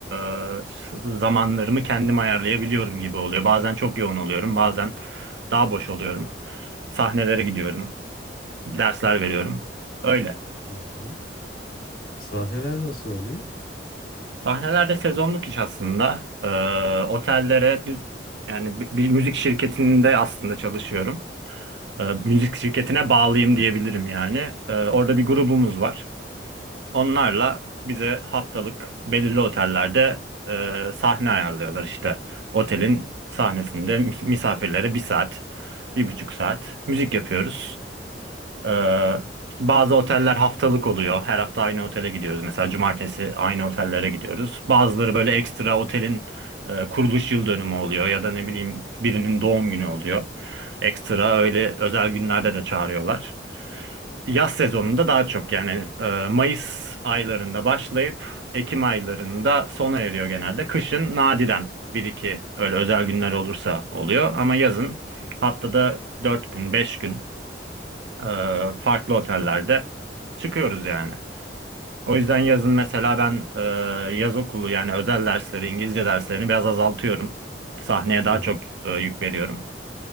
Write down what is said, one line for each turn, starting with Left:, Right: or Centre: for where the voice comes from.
Right: e, zamanlarımı kendim ayarlayabiliyorum gibi oluyor. Bazen çok yoğun oluyorum, bazen daha boş oluyorum. Sahnelere gidiyorum, dersler veriyorum. Öyle.
Left: hı, hı. Sahneler nasıl oluyor?
Right: Sahnelerde sezonluk iş aslında. E, otellere yani bir bir müzik şirketinde aslında çalışıyorum. E, müzik şirketine bağlıyım diyebilirim yani. E, orada bir grubumuz var. Onlarla bize haftalık belirli otellerde e, sahne ayarlıyorlar işte. Otelin sahnesinde mis- misafirlere bir saat, bir buçuk saat müzik yapıyoruz. E, işte bazı oteller haftalık oluyor. Her hafta aynı otele gidiyoruz. Mesela cumartesi aynı otellere gidiyoruz. Bazıları böyle ekstra otelin e, kuruluş yıl dönümü oluyor ya da ne bileyim birinin doğum günü oluyor. Ekstra öyle özel günlerde de çağırıyorlar. Yaz sezonunda daha çok yani e, Mayıs aylarında başlayıp Ekim aylarında sona eriyor genelde. Kışın nadiren bir iki öyle özel günler olursa oluyor ama yazın
Left: Hı,
Right: haftada 4 gün 5 gün e, farklı otellerde çıkıyoruz yani. O yüzden yazın mesela ben e, yaz okulu yani özel dersleri İngilizce derslerini biraz azaltıyorum. Sahneye daha
Left: hı, hı.
Right: çok e, yük veriyorum.